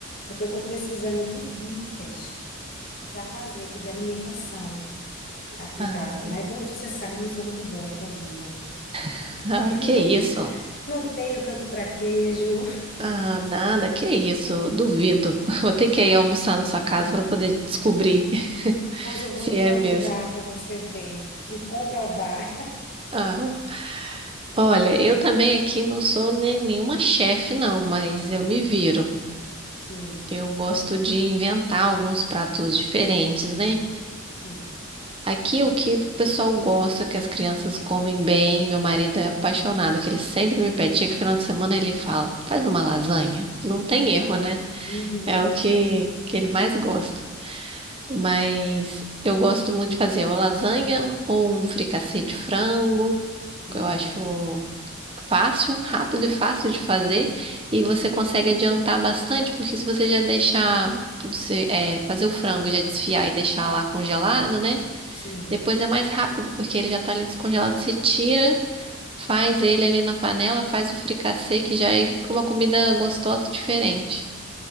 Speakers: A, on the left; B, on the right.
A: porque eu tô precisando de dicas para fazer aqui de alimentação aqui
B: Ah,
A: em casa, né? Como você sabe, eu não sou muito boa na cozinha.
B: <laughs> ah,
A: <laughs> Não,
B: que isso?
A: não tenho tanto traquejo.
B: Ah, nada, que isso? Duvido. <laughs> Vou ter que ir almoçar na sua casa para poder descobrir <laughs>
A: Pois eu vou
B: se
A: lhe convidar
B: é mesmo.
A: para você ver e comprovar.
B: Ah, olha, eu também aqui não sou nem nenhuma chefe, não, mas eu me viro.
A: Sim,
B: Eu gosto de inventar alguns pratos diferentes, né?
A: sim.
B: Aqui o que o pessoal gosta, que as crianças comem bem, meu marido é apaixonado, que ele sempre me pede, chega final de semana ele fala, faz uma lasanha. Não tem erro, né?
A: Uhum,
B: É o que, que
A: <laughs>
B: ele mais gosta. Mas eu gosto muito de fazer uma lasanha ou um fricassê de frango,
A: uhum,
B: que eu acho fácil, rápido e fácil de fazer, e você consegue adiantar bastante, porque se você já deixar, de ser- é, fazer o frango, e já desfiar e deixar lá congelado, né?
A: sim.
B: Depois é mais rápido, porque ele já tá ali descongelado. Você tira, faz ele ali na panela, faz o fricassê, que já é- fica uma comida gostosa diferente.